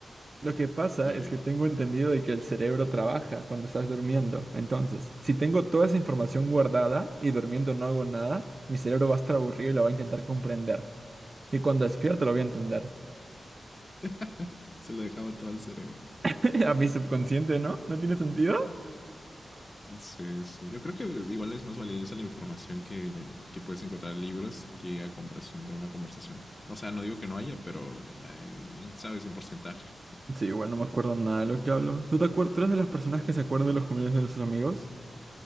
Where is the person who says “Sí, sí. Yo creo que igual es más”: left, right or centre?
Left